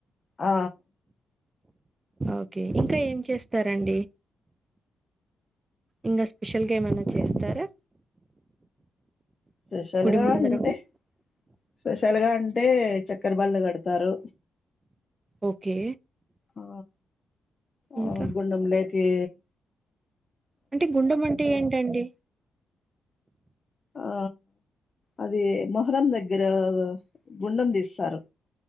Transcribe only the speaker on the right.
ఓకే ఇంకా ఏం చేస్తారండి ఇంకా స్పెషల్గా ఏమనా చేస్తారా
గుడి
ముందర
ఓకే
ఇంకా
అంటే గుండెం అంటే ఏంటండి